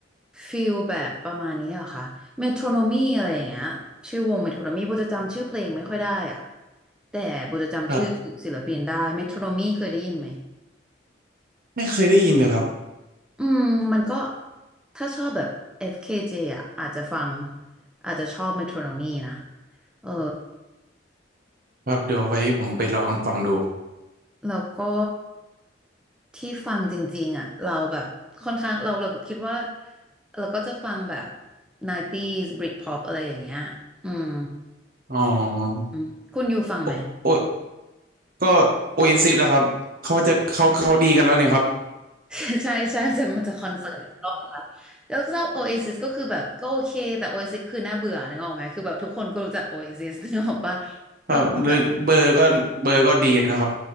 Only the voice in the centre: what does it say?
ฟิลแบบประมาณนี้เหรอคะเมโทรโนมีอะไรอย่างเงี้ยชื่อวงเมโทรโนมีโบจะจำชื่อเพลงไม่ค่อยได้อ่ะ แต่โบจะจำชื่อศิลปินได้
เมโทรโนมีเคยได้ยินไหม
อืมมันก็ถ้าชอบแบบ FKJ อฟเคเจอ่ะอาจจะฟังอาจจะชอบเมโทรโนมีนะเออ
แล้วก็ที่ฟังจริงๆอ่ะเราแบบค่อนข้างเราเราคิดว่าเราก็จะฟังแบบ 90s Britpop อะไรอย่างเงี้ยอืม
อืมคุณอยู่ฟังไหม
<laughs> ใช่ใช่จะมันจะคอนเสิร์ตอีกรอบนึงละแล้วก็ Oasis ก็คือแบบก็โอเคแต่ Oasis ก็คือน่าเบื่อนึกออกไหมคือแบบทุกคนก็รู้จัก Oasis นึกออกปะ
แล้วก็ฟังแบบ